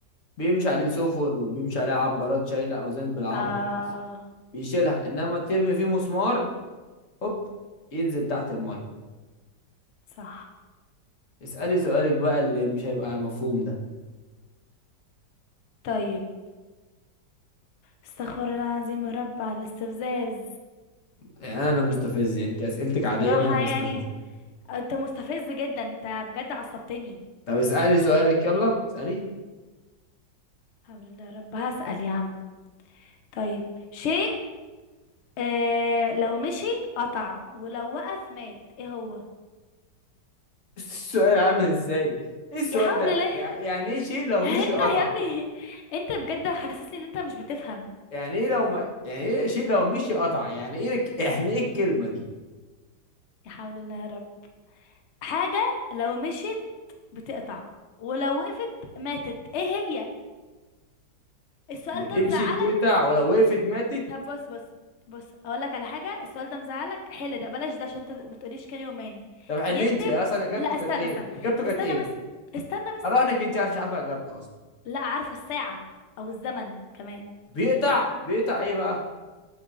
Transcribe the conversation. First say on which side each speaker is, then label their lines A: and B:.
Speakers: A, on the left; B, on the left.
A: بيمشي عليه سفن وبيمشي عليه عبارات شايله اوزان بالعبط
B: اه
A: بيشيلها انما ترمي فيه مسمار هوب ينزل تحت الميه
B: صح
A: اسالي سؤالك بقى اللي مش هيبقى مفهوم ده
B: طيب استغفر الله العظيم يا رب على الاستفزاز
A: يعني انا اللي مستفز يعني انت اسئلتك
B: صراحه
A: عاديه انا اللي
B: يعني
A: بستفز
B: انت مستفز جدا انت بجد عصبتني
A: طب اسالي سؤالك يلا اسالي
B: الحمد لله يا رب هسأل يا عم طيب شيء آه لو مشي قطع ولو وقف مات ايه هو
A: السؤال عامل ازاي ايه السؤال
B: يا حول
A: ده
B: الله
A: يع- يعني
B: <laughs>
A: ايه شيء لو مشي
B: انت
A: قطع
B: يا ابني انت بجد حاسسني ان انت مش بتفهم
A: يعني ايه لو ما... يعني ايه شيء لو مشي قطع يعني ايه لك... يعني ايه الكلمة دي
B: يا حول الله يا رب حاجة لو مشيت بتقطع ولو وقفت ماتت ايه هي السؤال
A: بتمشي
B: ده مزعلك
A: بتقطع ولو وقفت ماتت
B: طب بص بص بص اقول لك على حاجة السؤال ده مزعلك حل ده بلاش ده عشان انت ما تقوليش كان يوماني
A: طب حلي
B: يكتب
A: انت اصلا اجابته
B: لا
A: كانت
B: استنى
A: ايه
B: استنى
A: اجابته كانت
B: استنى
A: ايه
B: بس استنى بس
A: اراهنك انت عارف مش عارفه اجابته اصلا
B: لا عارفة الساعة او الزمن كمان
A: بيقطع بيقطع ايه بقى